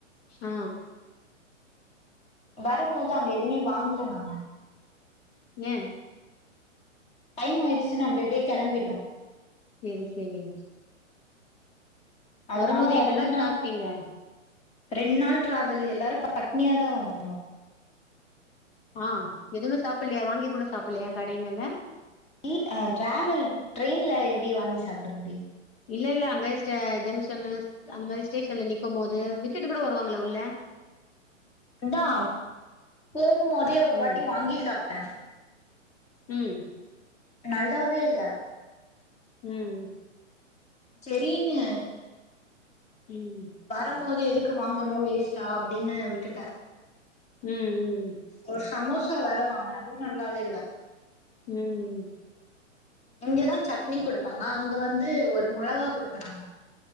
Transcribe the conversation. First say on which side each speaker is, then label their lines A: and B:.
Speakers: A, on the left; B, on the left.
A: ஆ
B: வரம்போது அங்க எதுவுமே வாங்கல நானு
A: ந
B: டைம் ஆயிடுச்சின் அப்டி அப்டியே கிளம்பிட்டோ
A: சேரி சேரி
B: அதுனாலே
A: வரும்போது என்னதா
B: ரெண் நாள்
A: சாப்ட்டீங்க
B: ரெண் நாள் டிராவலூ எல்லாரு பட்னியா தா வந்தோ
A: ஆ எதுமே சாப்பில்லயா வாங்கி கூட சாப்பில்லாயா கடைங்கல்ல
B: இ ஆ டிராவல் ட்ரெயின்ல எப்டிச் வாங்கி சாப்ட முடியும்
A: இல்ல இல்ல அங்க ஸ்ட ஜங்ஷனு அந்த மாதிரி ஸ்டேஷன்ல நிக்குபோது விடுட்டுவருவங்க கூட வருவாங்கள உள்ள
B: இந்தா போகு போதே ஒரு
A: ம்
B: வாட்டி வாங்கி சாப்ட
A: ம்
B: நல்லாவே இல்ல
A: ம்
B: செரின்னு
A: உம்
B: வரும்போது எதுக்கு வாங்கணும் வேஸ்ட்டா அப்படின்னு விட்டுட்ட
A: ம் ம்
B: ஒரு சமோசா வேற வாங்ன அதுவு நல்லாவே இல்ல
A: ம் ம்
B: இங்கெல்லா சட்னி கொடுப்பாங்க அங்க வந்து ஒரு மொளகா கொடுக்கறாங்க